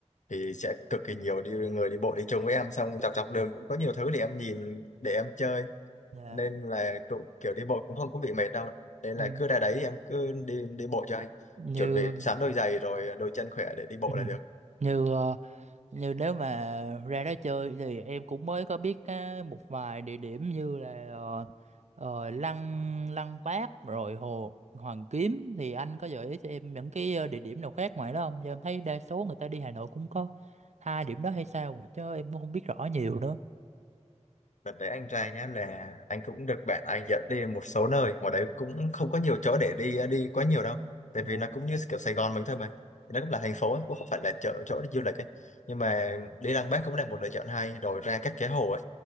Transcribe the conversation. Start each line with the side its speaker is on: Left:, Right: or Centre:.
Left: thì sẽ cực kỳ nhiều đi người đi bộ đi chung với em xong dọc dọc đường cũng có nhiều thứ để em nhìn để em chơi
Right: dạ,
Left: nên là cũng kiểu đi bộ cũng không có bị mệt đâu nên
Right: ừ.
Left: là cứ ra đấy em cứ đi đi bộ cho anh
Right: như
Left: chuẩn bị sẵn đôi giày rồi đôi chân khỏe để đi bộ là được
Right: <laughs> như ờ, Như nếu mà ra đó chơi thì em cũng mới có biết á, một vài địa điểm như là ờ, ờ, Lăng Lăng Bác rồi Hồ hoàn Kiếm thì anh có gợi ý cho em những cái ờ, địa điểm nào khác ngoài đó không? Giờ em thấy đa số người ta đi Hà Nội cũng có hai điểm đó hay sao chứ em cũng không biết rõ nhiều nữa.
Left: Đợt đấy anh trai nhá là anh cũng được bạn anh dẫn đi một số nơi ngoài đấy cũng không có nhiều chỗ để đi ờ, đi quá nhiều đâu tại
Right: Dạ.
Left: vì nó cũng như kiểu Sài Gòn mình thôi mà nó cũng là thành phố ấy, cũng không phải là chợ chỗ để du lịch ấy nhưng mà đi Lăng Bác cũng là một lựa chọn hay rồi ra các cái hồ ấy